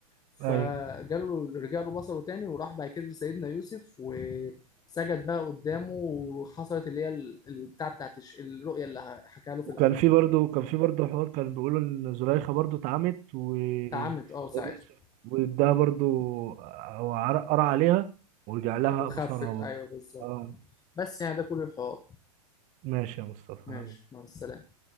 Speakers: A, on the left; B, on the right.
A: فجاله
B: ايوه
A: رجع له بصره تاني وراح بعد كده لسيدنا يوسف وسجد بقى قدامه وحصلت اللي هي ال- البتاع بتاعت الش- الرؤية اللي حكى له في
B: وكان
A: الأول
B: في برضه كان في برضه حوار كان بيقولوا ان زليخا برضه اتعمت و
A: اتعمت اه
B: سيدنا
A: ساعتها
B: يوسف واداها برضه او قرا عليها ورجع لها
A: وخفت
B: بصرها برضه
A: ايوه بالظبط
B: اه
A: بس يعني ده كل الحوار
B: ماشي يا مصطفى
A: ماشي
B: حبيبي
A: مع السلامة